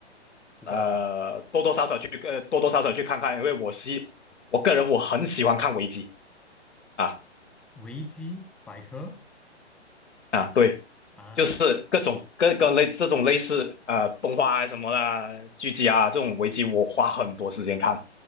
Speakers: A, in the centre; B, on the left (about 80°).
A: 知道了。
B: 呃多多少少去呃多多少少去看看，因为我是我个人我很喜欢看危机啊
A: 维基百科
B: 啊，对，
A: 啊，
B: 就是各种各各类这种类似呃动画啊什么啦、剧集啊这种危机，我花很多时间看。